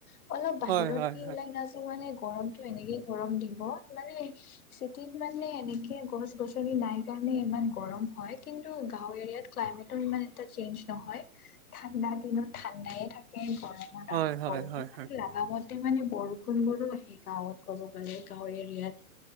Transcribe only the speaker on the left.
অলপ বাহিৰত
কি ওলাই নায মানে গৰমতটো এনেকেই গৰম দিন মানে চিটিত মানে এনেকে গছ গছনি নাই কাৰণে ইমান গৰম হয় কিন্তু কিন্তু গাও এৰিয়াত ক্লাইমেটটো ইমান এটা চেঞ্জ নহয় ঠাণ্ডা দিনত ঠাণ্ডাইে থাকে।
কম
লাগিলা। ম মানে বৰষুণ বোৰো আহে গাঁৱত ক'ব গ'লে গাঁও এৰিয়াত